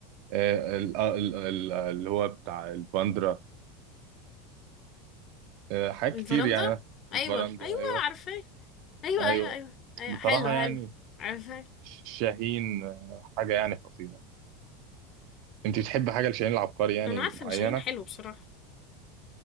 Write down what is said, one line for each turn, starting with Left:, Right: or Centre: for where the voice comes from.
Right: آه ال- آه، ال- ال- اللي هو بتاع الفاندرا آه حاجات
Left: الفرندا
Right: كتير يعني
Left: ايوه
Right: الفراندا
Left: ايوه
Right: ايوه
Left: عارفاه ايوه
Right: ايوه
Left: ايوه ايوه ايوه
Right: بصراحه
Left: حلو حلو
Right: يعني
Left: عارفاه
Right: شاهين آه، حاجه يعني خطيره انت بتحب حاجه لشاهين العبقري يعني
Left: انا عارفة
Right: معينه
Left: ان شاهين حلو بصراحة